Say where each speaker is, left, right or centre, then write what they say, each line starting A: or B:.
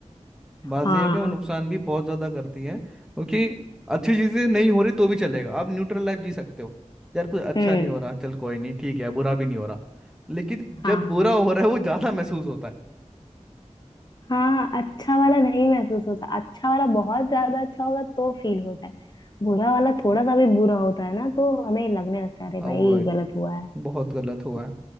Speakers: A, on the left; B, in the centre.
A: हाँ
B: बात ये है कि वो नुकसान भी बहुत ज़्यादा करती हैं क्योंकि अच्छी चीज़ें नहीं हो रही तो भी चलेगा आप न्यूट्रल लाइफ जी सकते हो यार कुछ अच्छा
A: हम्म
B: नहीं हो रहा चल कोई नहीं ठीक है बुरा भी नहीं हो रहा लेकिन
A: हाँ
B: जब बुरा हो रहा है वो ज़्यादा महसूस होता है
A: हाँ अच्छा वाला नहीं महसूस होता अच्छा वाला बहुत ज्यादा अच्छा होगा तो फील होता है बुरा वाला थोड़ा सा भी बुरा होता है ना तो हमें लगने लगता है अरे भाई
B: एग्जैक्टली
A: गलत हुआ है
B: बहुत गलत हुआ है